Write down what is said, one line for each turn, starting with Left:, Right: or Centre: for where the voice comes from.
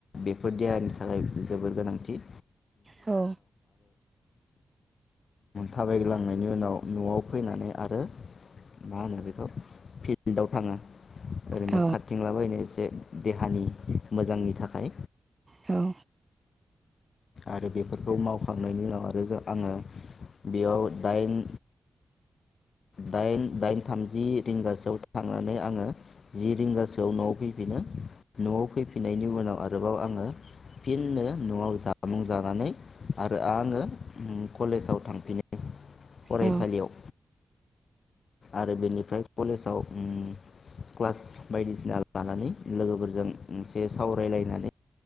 Left: बेफोर देहानि थाखाय जोबोद थि
Right: औ
Left: थाबायग्लांनायनि उनाव न'आव फैनानै आरो मा होनो बेखौ फिल्डआव थाङो ओरैनो
Right: औ
Left: खाारथिंलाबायनो एसे देहानि मोजांनि थाखाय
Right: औ
Left: आरो बेफोरखौ मावखांनायनि उनाव आरो आङो बेयाव दाइन दाइन दाइन थामजि रिंगासोआव थांनानै आङो जि रिंगासोआव न'आव फैफिनो। न'आव फैफिननायनि उनाव आरोबाव आं आङो फिननो न'आव जामुं जानानै आरो आङो कलेजाव थांफिनो। फरायसालियाव
Right: औ
Left: आरो बेनिफ्राय कलेजाव उम क्लास बायदिसिना लानानै लोगोफोरजों एसे सावरायलायनानै